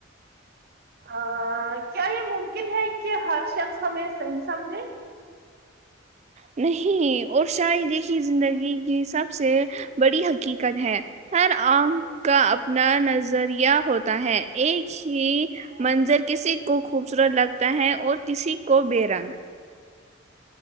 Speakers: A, on the right; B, on the right.
A: آ کیا یہ ممکن ہے کہ ہر شخص ہمیں صحیح سمجھے
B: نہیں اور شاید یہیں زندگی کی سب سے بڑی حقیقت ہے ہر آنکھ کا اپنا نظریہ ہوتا ہے ایک ہی منظر کسی کو خوبصورت لگتا ہے اور کسی کو بے رنگ